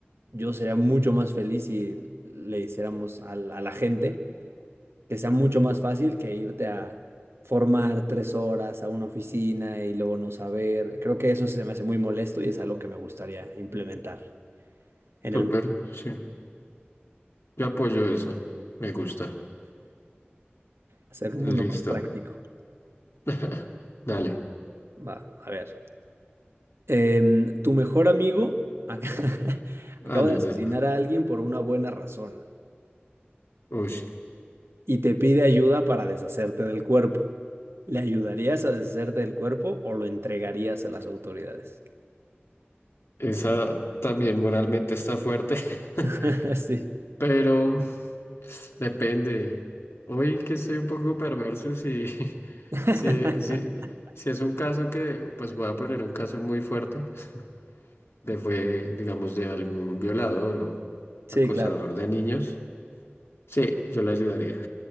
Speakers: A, on the right; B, on the left.
A: yo sería mucho más feliz si le hiciéramos al- a, la gente que sea mucho más fácil que irte a formar tres horas a una oficina y luego no saber. Creo que eso se me hace muy molesto y es algo que me gustaría implementar en
B: súper,
A: el mundo,
B: sí. Yo apoyo eso, me gusta.
A: hacer un
B: Listo.
A: mundo más práctico.
B: <laughs> Dale.
A: Va, a ver. Em, tu mejor amigo ac- <laughs> acaba
B: Ah, no,
A: de
B: esa.
A: asesinar a alguien por una buena razón
B: Ush,
A: y te pide ayuda para deshacerte del cuerpo. ¿Le ayudarías a deshacerte del cuerpo o lo entregarías a las autoridades?
B: esa también moralmente está fuerte. <laughs>
A: <laughs> Sí.
B: Pero <laughs> <sighs> depende. Hoy que estoy un poco perverso, si, <laughs>
A: <laughs>
B: si, eh, si, si es un caso que, pues voy a poner un caso muy fuerte, <laughs> de fue, digamos, de algún violador o
A: Sí,
B: acosador
A: claro.
B: de niños, sí, yo lo ayudaría.